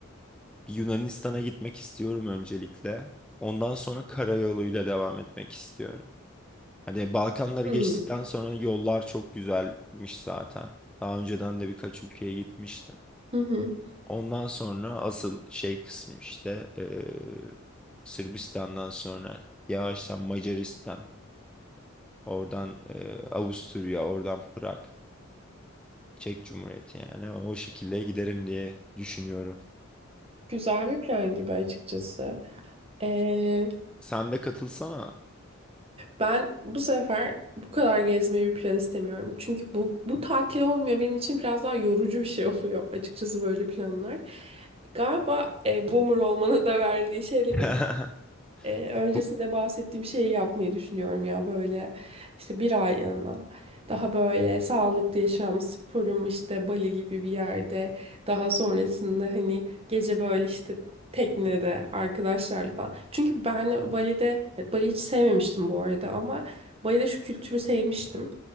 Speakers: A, in the centre; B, on the right.
A: Yunanistan'a gitmek istiyorum öncelikle. Ondan sonra karayoluyla devam etmek istiyorum. Hani Balkanları
B: Hmm.
A: geçtikten sonra yollar çok güzelmiş zaten. Daha önceden de birkaç ülkeye gitmiştim.
B: Hı hı.
A: Ondan sonra asıl şey kısmı işte eee, Sırbistan'dan sonra yavaştan Macaristan, oradan eee, Avusturya, oradan Prag, Çek Cumhuriyeti yani o şekilde giderim diye düşünüyorum.
B: Güzel bir plan gibi açıkçası. E,
A: Sen de katılsana.
B: ben bu sefer bu kadar gezmeyi bir plan istemiyorum. Çünkü bu, bu tatil olmuyor benim için biraz daha yorucu bir şey <laughs> oluyor açıkçası böyle planlar. Galiba e, boomer olmanın da verdiği şeyle
A: <laughs>
B: Ee, öncesinde
A: Bu
B: bahsettiğim şeyi yapmayı düşünüyorum ya böyle işte bir aylığına daha böyle sağlıklı yaşam sporum işte Bali gibi bir yerde daha sonrasında hani gece böyle işte teknede arkadaşlarla falan. Çünkü ben Bali'de Bali hiç sevmemiştim bu arada ama Bali'de şu kültürü sevmiştim.